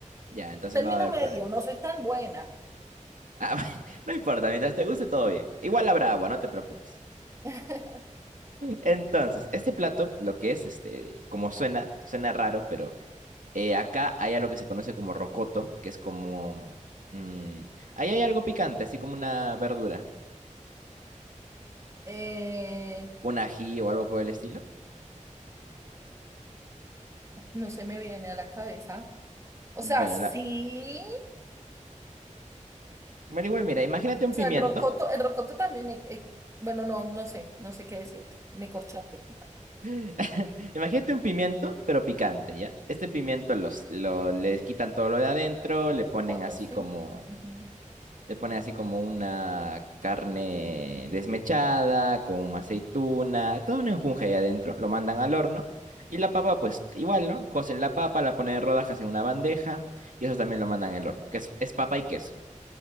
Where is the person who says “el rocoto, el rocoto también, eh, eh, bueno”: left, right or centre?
Right